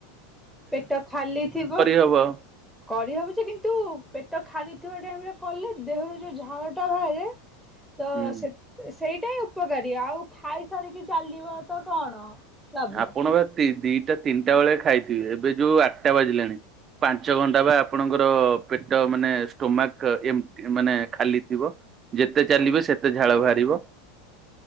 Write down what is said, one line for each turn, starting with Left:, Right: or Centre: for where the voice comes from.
Centre: ପେଟ ଖାଲି ଥିବ
Right: ହବ।
Centre: କରିହବ ଯେ, କିନ୍ତୁ ପେଟ ଖାଲିଥିବା ଟାଇମ୍ ରେ କଲେ ଦେହରୁ ଯୋଉ ଝାଳ ଟା ବାହାରେ ତ
Right: ହୁଁ
Centre: ସେ ତେ-ସେଇଟା ହିଁ ଉପକାରୀ, ଆଉ ଖାଇସାରିକି ଚାଲିବ ତ କଣ ଲାଭ
Right: ଆପଣ ବା ତି ଦିଟା ତିନିଟା ବେଳେ ଖାଇଥିବେ, ଏବେ ଯୋଉ ଆଟା ବାଜିଲାଣି, ପାଞ୍ଚ ଘଣ୍ଟା ବା ଆପଣଙ୍କର ପେଟ ମାନେ ଷ୍ଟୋମାକ୍ ଏମ୍ ଏ ମାନେ ଖାଲି ଥିବ। ଯେତେ ଚାଲିବେ ସେତେ ଝାଳ ବାହାରିବ।